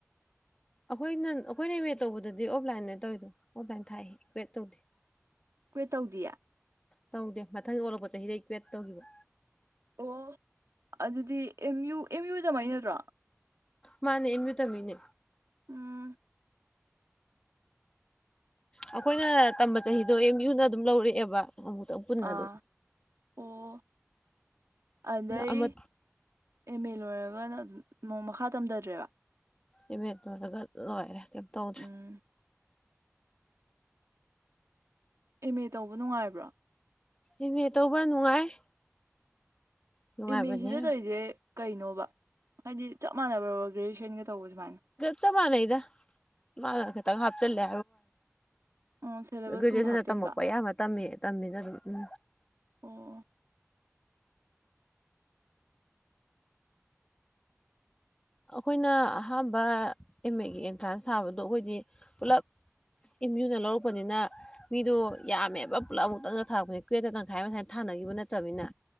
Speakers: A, on the left; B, on the right.
A: ꯑꯩꯈꯣꯏꯅ ꯑꯩꯈꯣꯏꯅ ꯏꯃꯦ ꯇꯧꯕꯗꯗꯤ ꯑꯣꯐꯂꯥꯏꯟꯗ ꯇꯧꯋꯔꯤꯗꯣ ꯑꯣꯐꯂꯥꯏꯟ ꯊꯥꯛ ꯀ꯭ꯋꯦ ꯇꯧꯗꯦ
B: ꯀꯣꯏ ꯇꯧꯗꯤꯌꯦ
A: ꯇꯧꯗꯦ ꯃꯊꯪ ꯑꯣꯜꯂꯛꯄ ꯆꯍꯤꯗ ꯀ꯭ꯋꯦꯠ ꯇꯧꯈꯤꯕ
B: ꯑꯣ ꯑꯗꯨꯗꯤ ꯑꯦꯝ ꯌꯨ ꯑꯦꯝ ꯌꯨꯗꯃꯥꯏꯅ ꯅꯠꯇ꯭ꯔꯣ
A: ꯃꯥꯅꯦ ꯏꯃꯤꯌꯨ ꯇꯃꯤꯅꯦ
B: ꯎꯝ
A: ꯑꯩꯈꯣꯏꯅ ꯇꯝꯕ ꯆꯍꯤꯗꯣ ꯑꯦꯝ ꯌꯨꯅ ꯑꯗꯨꯝ ꯂꯧꯔꯛꯑꯦꯕ ꯑꯗꯕꯨꯗ ꯅ
B: ꯑꯥ
A: ꯑꯗꯨ
B: ꯑꯣ ꯑꯗꯩ
A: ꯑꯃ
B: ꯑꯦꯝ ꯑꯦ ꯂꯣꯏꯔꯒ ꯅꯣꯡ ꯃꯈꯥ ꯇꯝꯊꯗ꯭ꯔꯦꯕ
A: ꯏꯚ ꯇꯔꯒ ꯂꯣꯏꯔꯦ ꯀꯩꯝ ꯇꯧꯗ꯭ꯔꯦ
B: ꯎꯝ ꯑꯦꯝ ꯑꯦ ꯇꯧꯕ ꯅꯨꯡꯉꯥꯏꯕ꯭ꯔꯥ
A: ꯑꯥꯝꯃꯦ ꯇꯧꯕ ꯅꯨꯡꯉꯥꯏ ꯅꯨꯡꯉꯥꯏꯕꯅꯦ
B: ꯏꯃꯦ ꯁꯤꯗ ꯇꯧꯔꯤꯁꯦ ꯀꯩꯅꯣꯕ ꯍꯥꯏꯗꯤ ꯆꯞ ꯃꯥꯟꯅ ꯇꯧ ꯏ ꯁꯨꯝꯃꯥꯏꯅ
A: ꯆꯞꯃ ꯅꯩꯗ ꯃꯥꯈꯤꯇꯒ ꯍꯥꯞꯆꯜꯂꯦ
B: ꯑꯣ ꯁꯦꯂꯦꯕꯁꯀꯨꯝꯕ
A: <unintelligible> ꯒ꯭ꯔꯦꯖꯨꯑꯦꯁꯟꯗ
B: ꯍꯥꯞꯆꯟꯕ
A: ꯇꯝꯃꯛꯄ ꯑꯌꯥꯝꯕ ꯇꯝꯃꯤ ꯇꯝꯃꯤꯅ ꯑꯗꯨꯝ ꯎꯝ
B: ꯑꯣ
A: ꯑꯩꯈꯣꯏꯅ ꯑꯍꯥꯟꯕ ꯑꯦꯝ ꯑꯦꯒꯤ ꯑꯦꯟꯇ꯭ꯔꯥꯟꯁ ꯊꯥꯕꯗꯣ ꯑꯩꯈꯣꯏꯗꯤ ꯄꯨꯂꯞ ꯑꯦꯝ ꯌꯨꯅ ꯂꯧꯔꯛꯄꯅꯤꯅ ꯃꯤꯗꯣ ꯌꯥꯝꯃꯦꯕ ꯄꯨꯂꯞ ꯑꯃꯨꯛꯇꯪꯗ ꯊꯥꯔꯛꯄꯅꯤ ꯀꯨꯋꯦꯠꯇ ꯇꯪꯈꯥꯏ ꯃꯈꯁꯥꯏ ꯊꯥꯅꯈꯤꯕ ꯅꯠꯇ꯭ꯔꯅꯤꯅ